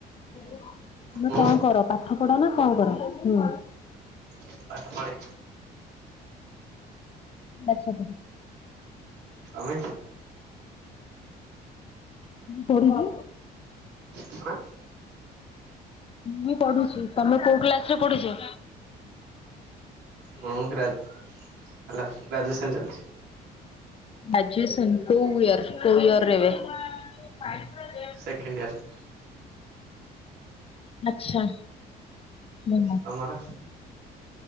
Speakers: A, on the left; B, on the right.
A: ତମେ
B: ମୁଁ
A: କଣ କର ପାଠ ପଢ ନା କଣ କର ହୁଁ
B: ମୁଁ ପାଠ ପଢ଼େ
A: ଆଛା
B: ଆଉ
A: ତମେ
B: କଣ
A: ମୁଁ ପଢୁଛି ତମେ କୋଉ କ୍ଲାସରେ ପଢୁଛ
B: ମୁଁ ଗ୍ରାଜ ହେଲ ଗ୍ରାଜୁଏସନ୍ ଚାଲିଛି
A: ଆଜିୁ ସନ କୋୟର କୋୟର ଏରେବେ <inaudible>
B: ସେକେଣ୍ଡ ଇୟର
A: ଆଛା ଭ
B: ତମର